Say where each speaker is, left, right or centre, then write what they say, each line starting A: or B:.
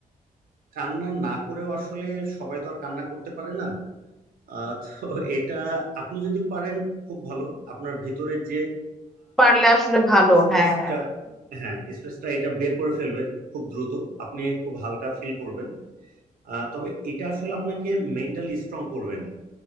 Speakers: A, on the right (about 80°); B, in the centre.
A: কান্না না করেও আসলে সবাই তো আর কান্না করতে পারে না আহ, তো এটা আপনি যদি পারেন খুব ভালো আপনার ভিতরের যে
B: পারলে আসলে ভালো
A: স্ট্রেসটা
B: হ্যাঁ
A: হ্যাঁ স্ট্রেসটা এটা বের করে ফেলবে খুব দ্রুত আপনি খুব হালকা ফিল করবেন আহ, তবে এটা আসলে আপনাকে মেন্টালি স্ট্রং করবে না